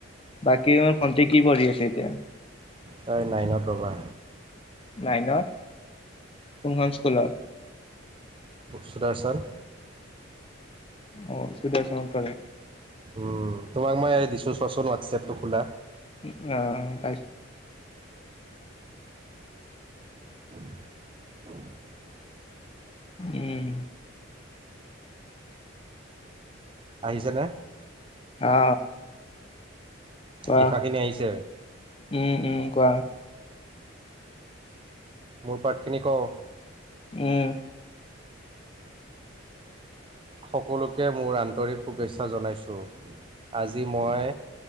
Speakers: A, on the left; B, on the right.
A: বাকী ভণ্টি কি পঢ়ি আছে এতিয়া?
B: তই নাইনত ৰ'বা।
A: নাইনত কোনখন স্কুলৰ?
B: সুদাৰ চান।
A: অ সুদাচনত পঢ়ে।
B: উম তোমাক মই দিছো চোৱাচোন হোৱাটছ এপটো খোলা।
A: উম তা
B: <inaudible>
A: উম
B: আহিছেনে?
A: অ। কোৱা
B: লিখাখিনি আহিছে।
A: উম উম কোৱা?
B: মোৰ পাৰ্টখিনি কওঁ।
A: উম।
B: সকলোকে মোৰ আন্তৰিক শুভেচ্ছা জনাইছোঁ আজি মই